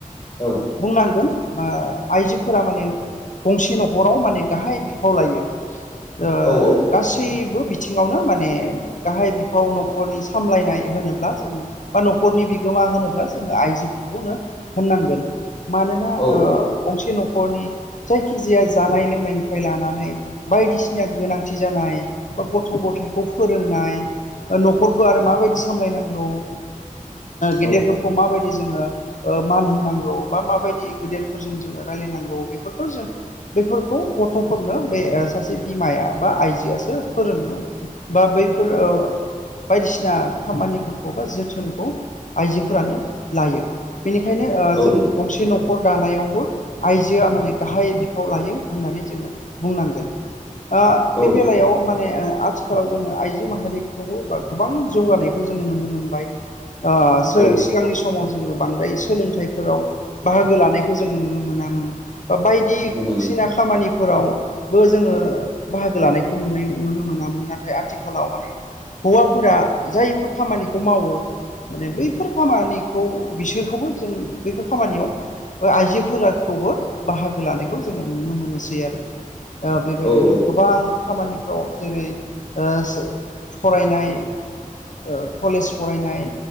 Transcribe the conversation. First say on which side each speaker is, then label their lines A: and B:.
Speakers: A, on the left; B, on the left.
A: औ
B: बुंनांगोन मा आइजोफोरा माने गंसे न'खराव माने गाहाय बिफाव लायो ओ
A: औ
B: गासैबो बिथिङावनो माने गाहाय बिफाव न'खरनि सा मलायनाय होनोब्ला जोङो बा न'खरनि बिगोमा होनोब्ला जोङो आइजोफोरखौनो होननांगोन मानोना
A: औ
B: ओ गंसे न'खरनि जायखिजाया जानाय लोंनायनिफ्राय लानानै बायदिसिना गोनांथि जानाय बा गथ' ग'थायखौ फोरोंनाय बा न'खरखौ आरो मा माबायदि सामलायनांगौ ओ गेदेरफोरखौ
A: औ
B: माबायदि जोङो ओ मान होनांगौ बा माबायदि गेदेरफोरजों जोङो रायलायनांगौ बेफोरखौ जों बेफोरखौ गथ'फोरनो बे ओ सासे बिमाया बा आइजोआसो फोरोङो बा बैफोर ओ बायदिसिना खामानिफोरखौ बा जोथोनखौ आइजोफोरानो लायो बेनिखायनो ओ
A: औ
B: जों गंसे न'खर दानायावबो आइजोआ माने गाहाय बिफाव लायो होननानै जोङो बुंनांगोन ओ बे
A: औ
B: बेलायाव माने ओ आथिखालाव जोङो आइजो माहारिखौबो बा गोबां जौगानायखौ जोङो नुनो मोनबाय ओ सो्
A: औ
B: सिगांनि समाव जोङो बांद्राय सोलोंथाइफोराव बाहागो लानायखौ जोङो नुनो मोनामोन बा बायदि
A: मोनामोन
B: सिना खामानिफोरावबो जोङो बाहागो लानायखौ नुनाय नुनो मोनामोन नाथाय आथिखालाव माने हौवाफोरा जायफोर खामानिखौ मावो माने बैफोर खामानिखौ बिसोरखौबो जों बैफोर खामानियाव बा आइजोफोराखौबो बाहागो लानायखौ जोङो नुनो मोनोसै आरो दा बेबायदिनो
A: औ औ
B: गोबां खामानिफ्राव जेरै ओ सो फरायनाय' ओ कलेज फरायनाय'